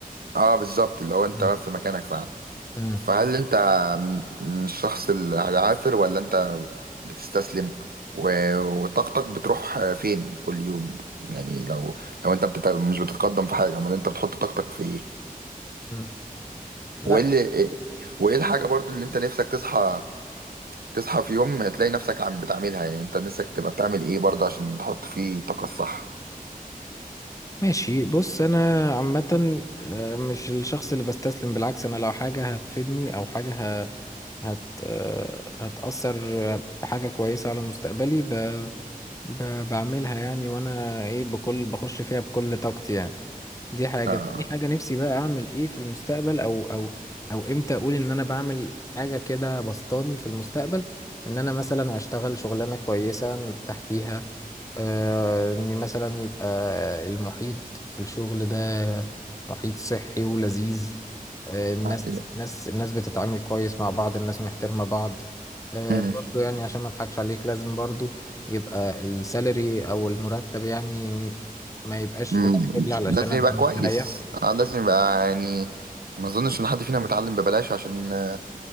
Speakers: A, on the right; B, on the left.
A: اه بالظبط اللي هو انت
B: مم.
A: واقف في مكانك فعلا
B: مم.
A: فهل انت م- مش الشخص العافر ولا انت بتستسلم و- وطاقتك بتروح فين كل يوم يعني لو لو انت بتت... مش بتتقدم في حاجه امال انت بتحط طاقتك في ايه
B: مم. لا
A: وايه اللي... إيه، وايه الحاجه برضو اللي انت نفسك تصحى تصحى في يوم تلاقي نفسك عم بتعملها يعني انت نفسك تبقى بتعمل ايه برضه عشان تحط فيه الطاقة الصح
B: ماشي بص انا عامة آه، مش الشخص اللي بستسلم بالعكس انا لو حاجة هتفيدني او حاجة ه... هت... آه، هتأثر بحاجة كويسة على مستقبلي ب... ب... بعملها يعني وانا ايه بكل بخش فيها بكل طاقتي يعني دي حاجة
A: آه.
B: تاني حاجة نفسي بقى اعمل ايه في المستقبل او او او امتى اقول ان انا بعمل حاجة كده بسطاني في المستقبل ان انا مثلا اشتغل شغلانة كويسة مرتاح فيها آه، ان مثلا يبقى المحيط في الشغل ده محيط صحي ولذيذ آه، الناس
A: آه،
B: الناس الناس بتتعامل كويس مع بعض الناس محترمة بعض آه،
A: مم.
B: برضو يعني عشان ما اضحكش عليك لازم برضو يبقى السالري او المرتب يعني ما يبقاش
A: مم.
B: قليل علشان
A: لازم
B: ابقى
A: يبقى كويس
B: مستريح
A: آه، لازم يبقى يعني ما اظنش ان حد فينا متعلم ببلاش عشان آه،